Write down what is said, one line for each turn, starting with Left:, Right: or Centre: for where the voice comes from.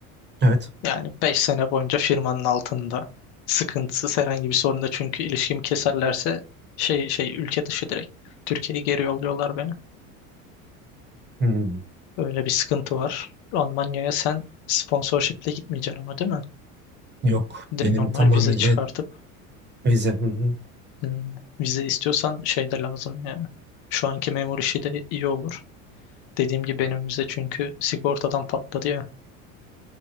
Right: Evet.
Left: Yani 5 sene boyunca firmanın altında sıkıntısız herhangi bir sorunda çünkü ilişkimi keserlerse şey şey ülke dışı direkt Türkiye'ye geri yolluyorlar beni.
Right: Hmm,
Left: Öyle bir sıkıntı var. Almanya'ya sen sponsorshiple gitmeyeceksin ama değil mi?
Right: Yok
Left: Din-
Right: benim
Left: Normal
Right: tamamıyla
Left: vize çıkartıp
Right: vize. Hı hı.
Left: hmm, vize istiyorsan şey de lazım yani. Şu anki memur işi de iyi olur. Dediğim gibi benim vize çünkü sigortadan patladı ya.